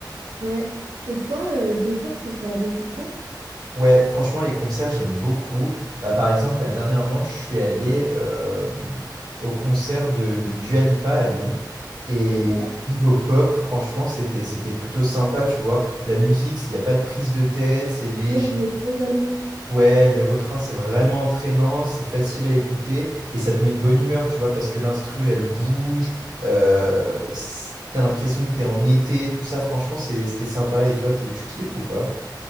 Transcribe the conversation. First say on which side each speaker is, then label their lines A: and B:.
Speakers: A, on the right; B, on the right.
A: Ouais. Et toi, euh, des fois, tu vas à des concerts?
B: Ouais, franchement, les concerts, j'aime beaucoup. Bah, par exemple, là, dernièrement, je suis allé euh, au concert de, de Dua Lipa à Lyon. Et
A: Ok.
B: niveau pop, franchement, c'était, c'était plutôt sympa, tu vois. La musique, s'il n'y a pas de prise de tête, c'est léger.
A: Ouais, je voulais trop y aller.
B: Ouais, les refrains, c'est vraiment entraînant, c'est facile à écouter et ça te met de bonne humeur, tu vois, parce que l'instru, elle bouge, euh, c- t'as l'impression que t'es en été, tout ça, franchement, c'est- c'était sympa. Et toi, t'es- tu kiffes ou pas?